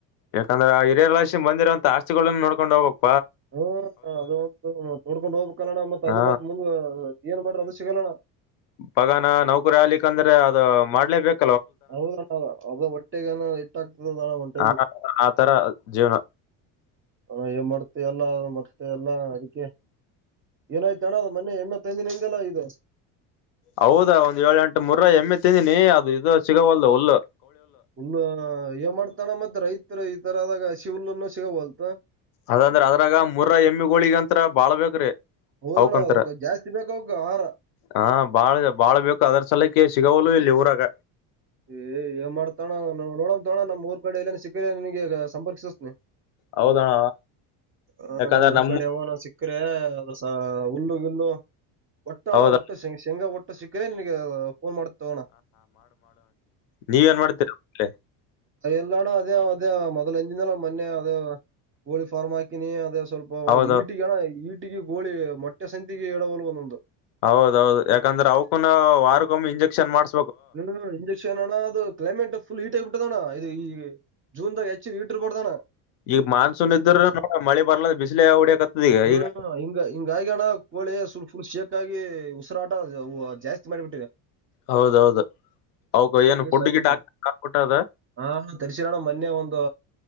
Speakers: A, on the left (about 80°); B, on the right (about 30°).
A: ಯಾಕಂದ್ರೆ ಹಿರಿಯರ ರಾಿ ಬಂದಿರಂತ ಆಸ್ತಿಗಳಗಳನ್ನು ನೋಕೊಂಡು ಹೋಗ್ಬೇಕು
B: ಹ್ಮ ಅದು ಒ ತೋಡ್ಕೊಂಡ್ ಹೋಗ್ಬೇಕ ಕಣ ಮತ್
A: ಹಾ
B: ಅದು ಮತ್ತ್ ಮುಂದ ಏನ್ ಮಾಡ್ರಿ ಅದು ಸಿಗಲ್ಲಣ್ಣ
A: ಪಗಾನ ನೌಕರಿ ಆಗ್ಲಿಿಕಂದ್ರೆ ಅದು ಮಾಡ್ಲೇಬೇಕ
B: ಹೌದಣ ಅದ ಹೊಟ್ಟೆಗನ ಇಟ್ಟಗ್ತದದಣ್ಣ ಒಂಟ
A: ಆ ಆತರ ಜೀವನ
B: ಅ ಇ ಮಾಡತ ಎಲ್ಲ ಮತ್ತೆ ಎಲ್ಲ ಅದಕ್ಕೆ ಏನಾಯ್ತ ಅಣ್ಣ ಅ ಮೊೆ ಹೆಮ್ಮೆ ತಂದಿನ ಲ ಈಗ
A: ಹೌದಾ ಒಂದ್ ಏಳ ಎಂಟು ಮೂರ ಎಮ್ಮೆ ತಿಂದಿನಿ ಅದು ಇದು ಸಿಗವಲ್ದುುಲ್ಲು
B: ಹುಲ್ಲು ಏ ಮಾಡ್ತಾನ ಮತ್ ರೈತರು ಈ ತರದಾಗ ಹಸಿ ಹುಲ್ಲುನ್ನು ಸಿಗಬಲ್ತ್
A: ಅದಂದ್ರ ಅದ್ರಾಗ ಮುರ್ರ ಎಮ್ಮಿ ಗೋಳಿಗಂತ್ರ ಬಾಳ್ ಬ್ರಿ
B: ಹೌದಣ್ಣ
A: ಅವಕಂತರ
B: ಅದಕ್ಕ ಜಾಸ್ತಿ ಬೇಕು ಅವಕ್ಕ ಆಹಾರ
A: ಹಾ ಬಾಳ್ ಬಾಳ್ ಬೇಕು ಅದರ ಸಲಕ್ಕೆ ಸಿಗವಲ್ಲ ಇಲ್ಲಿ ಊರಾಗ
B: ಏ ಏನ್ ಮಾಡ್ತಣ್ಣ ನೋಡ ತೋಳ ನಮ್ ಊರ್ ಕಡೆ ಎಲ್ಲನ್ ಸಿಕ್ಕ ನನ್ಗೆಗ ಸಂಪರ್ಕಿಸಸ್ನನೆ
A: ಹೌದಣ
B: ಹ
A: ಯಾಕಂದ್ರೆ
B: ನಮ್ ಊರ್ಗಡೆ
A: ನಮ್ಮ
B: ಯಾವ ನ ಸಿಕ್ಕ್ರೆ ಅಸ ಹುಲ್ಲುಗಿಲ್ಲು ಒಟ್ಟು ಅಣ್ಣ
A: ಹೌದಾ
B: ಒಟ್ಟುಂಗ ಶೇಂಗಾ ಒಟ್ಟು ಸಿಕ್ಕ್ರೆ ನಿನ್ಗೆ ಫೋನ್ ಮಾಡ ತಗೋಣ
A: ನೀವ ಏನ್ ಮಾಡ್ತೀರೇಲೆ
B: ಎಲ್ಲಡ ಅದೇ ಅದೇ ಮೊದ್ಲ ಎಂಜಿನಲ್ಲ ಮೊನ್ನೆ ಅದೇ ಹೋಳಿ ಫಾರ್ಮ್ ಹಾಕಿನಿ ಅದೇ ಸ್ವಲ್ಪ
A: ಹೌದೌದು
B: ಈಟಿಗೆ ಅಣ ಈಟಿಗೆ ಕೋಳಿ ಮೊಟ್ಟೆ ಸಂತಿಗೆ ಎಡವಲು ಒಂದೊಂದು
A: ಹೌದೌದು ಯಾಕಂದ್ರೆ ಅವ್ಕೂನು ವಾರ್ಗೊಮ್ಮಿ ಇಂಜೆಕ್ಷನ್ ಮಾಡ್
B: ಹ್ಮ ಇಂಜೆಕ್ಷನ್ ಅಣ್ಣ ಅದು ಕ್ಲೈಮೇಟ್ ಫುಲ್ ಈೀಟ್ ಆಗಬಿಟ್ಟದಣ್ಣ ಇದು ಈಗ ಜೂನ್ ತ ಹೆಚ್ಚು ವ ಇಟ್ರಬೋತದಾನ
A: ಈಗ ಮಾನ್ಸೂನ್
B: ಉಷ್ಣಂಶ
A: ಇದ್ರ ನೋಡ ಮಳಿ ಬರ್ಲ ಬಿಸಿಲೆ ಹೊಡಿಯಕತ್ತದ ಈಗ
B: ಹ್ಮ್
A: ಈಗ
B: ಹಿಂಗ ಹಿಂಗಗ ಅಣ ಹಳಿುಲ್ ಫುಲ್ ಶೇಕಾಗಿ ಉಸರಾಟ ಜಾಸ್ತಿ ಮಾಡಿಬಿಟ್ಟಿದೆ
A: ಹೌದೌದು ಅವಕ
B: ಹಾಗಾಗಿ
A: ಏನು ಫುಡ್
B: ಸ್ವಲ್ಪ
A: ಗಿಡ್ ಹಾಕ್ಬಿಟ್ಟ ಅದ
B: ಹಾ ತರ್ಸಿರೋಣ ಮೊನ್ನೆ ಒಂದು